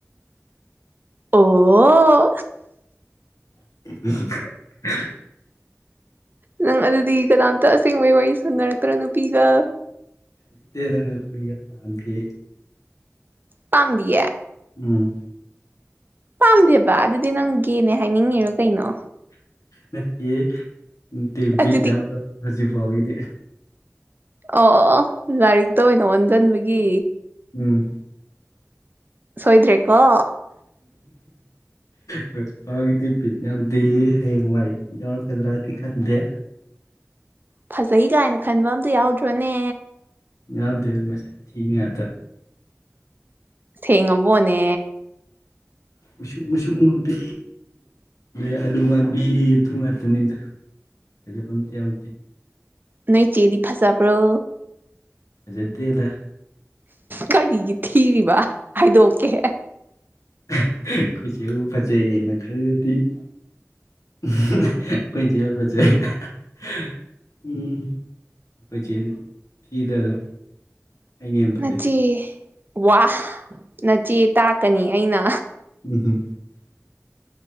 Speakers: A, on the right; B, on the left.
A: ꯑꯣꯑꯣ
B: <inaudible>
A: ꯅꯪ ꯑꯗꯨꯗꯤ ꯀꯅꯥꯝꯇꯥ ꯑꯁꯦꯡꯕꯩ ꯋꯥꯔꯤ ꯁꯅꯥꯔꯛꯇꯔꯣ ꯅꯨꯄꯤꯒꯥ
B: ꯁꯅꯥꯔꯛꯇꯦꯗꯥ ꯅꯨꯄꯤꯒꯥ ꯄꯥꯝꯗꯦ
A: ꯄꯥꯝꯗꯤꯌꯦ
B: ꯎꯝ
A: ꯄꯝꯗꯦꯕꯥ ꯑꯗꯨꯗꯤ ꯅꯪ ꯒꯦ ꯅꯦ ꯍꯥꯏꯅꯤꯡꯉꯤꯔꯣ ꯀꯔꯤꯅꯣ
B: ꯅꯠꯇꯤꯌꯦ ꯅꯠꯇꯦ
A: ꯑꯗꯨꯗꯤ
B: ꯕꯤꯠ ꯌꯥꯎꯗꯕ ꯍꯧꯖꯤꯛꯐꯥꯎꯒꯤꯗꯤ
A: ꯑꯣ ꯑꯣ ꯂꯥꯏꯔꯤꯛꯇ ꯑꯣꯏꯅꯥ ꯑꯣꯟꯖꯤꯟꯕꯒꯤ
B: ꯎꯝ
A: ꯁꯣꯏꯗꯔ꯭ꯦꯀꯣ
B: ꯍꯧꯖꯤꯛꯐꯥꯎꯕꯥꯒꯤꯗꯤ ꯕꯤꯠ ꯌꯥꯎꯗꯦ ꯍꯌꯦꯡꯋꯥꯏ ꯕꯤꯠ ꯌꯥꯎꯔꯛꯀꯗꯔꯥ ꯈꯪꯗꯦ
A: ꯐꯖꯩ ꯀꯥꯏꯅꯥ ꯈꯟꯕꯥ ꯑꯝꯇ ꯌꯥꯎꯗꯔꯣꯅꯦ
B: ꯌꯥꯎꯗꯦ ꯃꯁꯛ ꯑꯊꯤꯕꯤ ꯉꯥꯛꯇꯥ
A: ꯁꯦꯡꯉꯥꯕꯣꯅꯦ
B: ꯃꯨꯁꯨꯛ ꯃꯨꯁꯨꯛ ꯃꯨꯕꯤ ꯑꯥꯂꯨ ꯃꯥꯟꯕꯤ ꯑꯗꯨ ꯉꯥꯛꯇꯅꯦ ꯐꯖꯕ ꯑꯃꯇꯥ ꯌꯥꯎꯗꯦ
A: ꯅꯣꯏꯆꯦꯗꯤ ꯐꯖꯕꯔꯣ
B: ꯐꯖꯗꯦꯗꯥ
A: ꯀꯔꯤꯒꯤ ꯊꯤꯔꯤꯕꯥ ꯍꯥꯏꯗꯣꯛꯀꯦ
B: ꯑꯩꯈꯣꯏꯆꯦꯕꯨ ꯐꯖꯩ ꯈꯜꯂꯗꯤ <inaudible> ꯑꯩꯈꯣꯏ꯫ꯆꯦꯕꯨ ꯐꯖꯩ ꯑꯩꯈꯣꯏꯆꯦ ꯊꯤꯗ ꯑꯗꯨꯝ ꯑꯩꯅ ꯍꯦꯟꯅ ꯐꯖꯩ
A: ꯅꯆꯦ ꯋꯥ ꯅꯆꯦ ꯇꯥꯛ ꯀꯅꯤ ꯑꯩꯅ
B: <unintelligible>